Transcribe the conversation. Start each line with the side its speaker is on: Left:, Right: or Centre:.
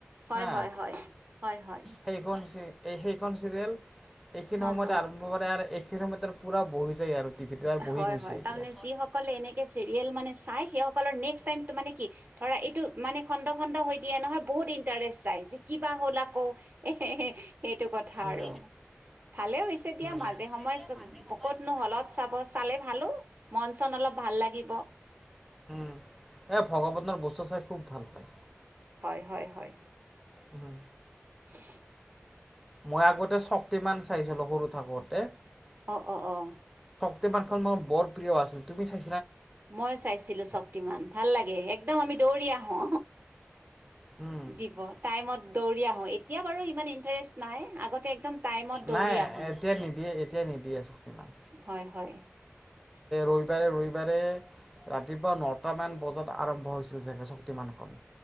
Right: হয়-হয়-হয়।
Centre: হা
Right: হয়-হয়
Centre: সেইখন এই সেইখন চিৰিয়েল এইখিনি
Right: হা,
Centre: সময়ত
Right: হা,
Centre: আৰম্ভ কৰে আৰু এইখিনি সময়ত পুৰা বহি যায় আৰু। টিভিটো আৰু বহি
Right: হয়-হয়
Centre: গৈছে
Right: তাৰ
Centre: এতিয়া
Right: মানে যিসকলে এনেকে চিৰিয়েল মানে চাই সেই সকলৰ নেক্স টাইম মান কি? ধৰা এইটো মানে খণ্ড খণ্ড হৈ দিয়ে নহয় বহুত ইন্টাৰেষ্ট যায়। কিবা হ'ল আকৌ। এ, সেইটো কথা
Centre: উম
Right: আৰু। ভালে হৈছে দিয়া
Centre: উম
Right: মাজে সময়ে ক'ত নোহলত চাব। চালে ভালো মন চন অলপ ভাল লাগিব।
Centre: এ, ভগৱতৰ বস্তু চাই খুব ভাল পায়
Right: হয়, হয়, হয়।
Centre: উম।
Right: <inaudible>
Centre: মই আগতে শক্তি মান চাইছিলো সৰু থাকোতে।
Right: অঁ, অঁ, অ।
Centre: মই বৰ প্ৰিয় আছিলো তুমি চাই
Right: মই চাইছিলো শক্তিমান ভাল লাগে, একদম আমি দৌৰি আহো।
Centre: উম।
Right: দিব টাইমত দৌৰি আহো এতিয়া বাৰু ইমান ইন্টাৰেষ্ট নাই। আগতে একদম টাইমত দৌৰি
Centre: নাই
Right: আহো
Centre: এতিয়াই নিদিয়ে এতিয়াই নিদিয়ে চক্তিমান।
Right: হয় হয় <inaudible>
Centre: ৰবিবাৰে ৰবিবাৰে ৰাতিপুৱা নটা মান বজাত আৰম্ভ হৈছিল চাগে শক্তিমান খন।